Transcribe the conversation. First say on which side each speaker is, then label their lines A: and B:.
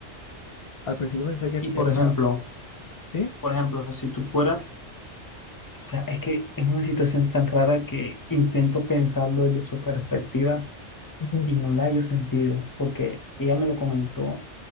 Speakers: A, on the left; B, on the left.
A: Al principio pensé que
B: Y por
A: era
B: ejemplo,
A: una... ¿Sí?
B: por ejemplo, si tú fueras, o sea, es que es una situación tan rara que intento pensarlo desde su perspectiva
A: Ujú.
B: y no la hallo sentido, porque ella me lo comentó